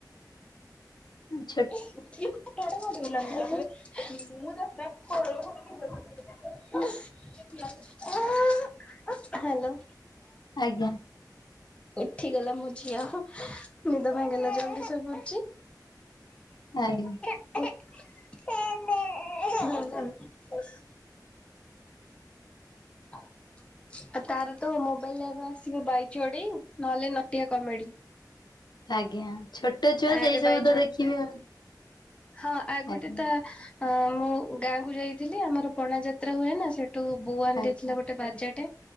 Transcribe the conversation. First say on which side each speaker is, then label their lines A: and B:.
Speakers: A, on the left; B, on the left.
A: ଆଚ୍ଛା।
B: <unintelligible> <unintelligible> ହାଲୋ।
A: ଆଜ୍ଞା
B: ଉଠିଗଲା ମୋ ଝିଅ ହ ନିଦ ଭାଙ୍ଗିଗଲା ଜଲଦି ଶୋଇପଡିଚି।
A: ଆଜ୍ଞା।
B: <unintelligible> ଆଉ ତାର ତ ମୋବାଇଲରେ ଆଗ ଆସିବ ବାଇ ଚଢ଼େଇ ନହେଲେ ନଟିଆ କମେଡି।
A: ଆଜ୍ଞା ଛୋଟ ଛୁଆ
B: ଆରେ
A: ସେଇ
B: ଭାଇ
A: ସବୁ
B: ଯୋଡେ
A: ତ ଦେଖିବି ଆଉ।
B: ହଁ ଆଉ ଗୋଟେ
A: ଆଜ୍ଞା
B: ତା। ଅଁ ମୁଁ ଗାଁକୁୁ ଯାଇଥିଲି ଆମର ପଣା ଯାତ୍ରା ହୁଏ ନା ସେଠ ଠୁ ବୋଉ ଆଣି
A: ଆଜ୍ଞା
B: ଦେଇେଥିଲା ଗୋଟେ ବାଜାଟେ